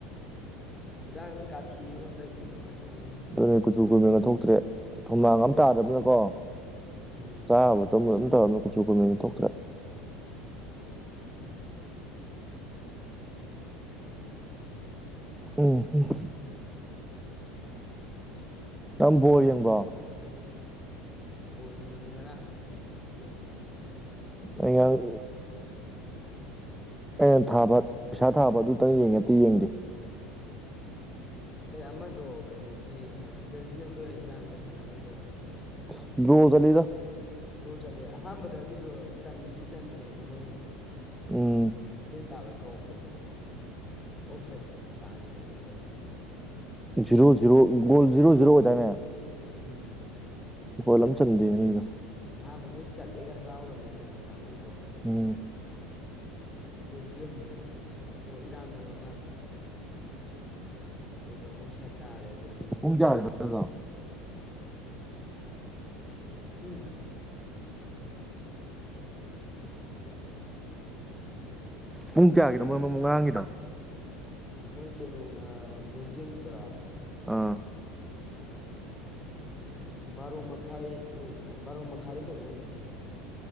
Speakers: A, on the left (about 15°); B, in the centre.
A: ꯈꯨꯗꯥꯡ ꯅꯣꯏ ꯀꯥꯊꯤꯨ ꯍꯟꯗꯛꯇꯤ ꯀꯃꯥꯏꯅ ꯇꯧꯕꯅꯣ ꯈꯪꯗꯦ
B: ꯑꯗꯨꯅꯦ ꯀꯨꯆꯨ ꯀꯨꯃꯦꯟ ꯒꯥ ꯊꯣꯛꯇ꯭ꯔꯦ ꯊꯨꯝꯃꯥꯡ ꯑꯃ ꯇꯥꯗ꯭ꯔꯕꯅꯀꯣ
A: ꯎꯝ
B: ꯆꯥꯕ ꯊ ꯇꯔꯅ ꯀꯁꯨ ꯀꯃꯤꯅꯤ ꯊꯣꯛꯀ꯭ꯔ ꯎꯝ ꯎꯝ ꯇꯝꯕꯣꯔ ꯌꯦꯡꯕ꯭ꯔꯣ
A: ꯕꯣꯜ ꯌꯦꯡꯉꯤ ꯉꯔꯥꯡ ꯀꯩꯅꯣꯗꯣ ꯌꯦꯡꯉꯤ
B: ꯑꯌꯥꯥꯡ ꯑꯩꯅ ꯊꯥꯕ ꯄꯩꯁꯥ ꯊꯥꯕ ꯑꯗꯨꯇꯪ ꯌꯦꯡꯉꯦ ꯑꯇꯩ ꯌꯦꯡꯗꯦ
A: ꯑꯇꯩ ꯑꯃꯥꯗꯣ ꯀꯩꯅꯣꯒꯤ ꯕꯦꯜꯖꯤꯌꯝꯒ ꯏꯔꯥꯟꯒ ꯁꯥꯟꯅꯕꯩꯗꯣ
B: ꯑꯥꯁ ꯗꯔꯣ ꯆꯠꯂꯤꯗ
A: ꯗ꯭ꯔꯣ ꯆꯠꯂꯦ ꯑꯍꯥꯟꯕꯗ ꯑꯗꯨꯗꯣ ꯆꯟꯗꯤ ꯆꯟꯕꯅꯦꯕꯀꯣ ꯃꯣꯏ
B: ꯎꯝ
A: ꯍꯦꯟ ꯇꯥꯕꯩ ꯀꯥꯎꯕꯗꯣ ꯑꯣꯐ ꯁꯥꯏꯠ ꯇꯥꯒꯤꯕꯩꯅꯦꯕ ꯑꯗꯣ
B: zero zero goal zero zero ꯑꯣꯏꯗꯥꯏꯅꯦ
A: ꯎꯝ
B: ꯒꯣꯜꯂꯝ ꯆꯟꯗꯦ ꯃꯤꯅꯥ
A: ꯑꯥꯟꯕ ꯃꯣꯏꯁꯤ ꯆꯠꯂꯦꯒ ꯍꯔꯥꯎꯔꯝꯃꯦ ꯀꯩꯅꯣ ꯀꯥꯡꯕꯨ ꯇꯣ
B: ꯎꯝ
A: ꯕꯦꯜꯖꯤꯌꯝ ꯂꯥꯅꯦ ꯏꯔꯟ ꯑꯣꯏꯔꯥ ꯃꯥꯜ ꯑꯗꯨꯒ ꯑꯣꯐ ꯁꯥꯏ ꯇꯥꯔꯦ ꯑꯗꯨ
B: ꯄꯨꯡ ꯌꯥꯔꯤꯕꯥ
A: ꯂꯧꯈꯤꯗ꯭ꯔꯦ
B: <unintelligible>
A: ꯎꯝ
B: ꯄꯨꯡ ꯀꯌꯥꯒꯤꯅꯣ ꯃꯣꯏ ꯃꯃꯥꯡ ꯉꯉꯥꯡꯒꯤꯗꯣ
A: ꯃꯣꯏ ꯀꯩꯅꯩꯅꯣꯅꯨꯡ ꯕꯦꯜꯖꯤꯝꯒꯤ ꯗꯨꯔꯣ
B: ꯑꯥ
A: ꯎꯝ ꯕꯥꯔꯣ ꯃꯈꯥꯏ ꯑꯣꯏ ꯕꯥꯔꯣ ꯃꯈꯥꯏ ꯗꯔꯥ ꯀꯔꯤꯅꯣꯅ ꯑꯣꯏ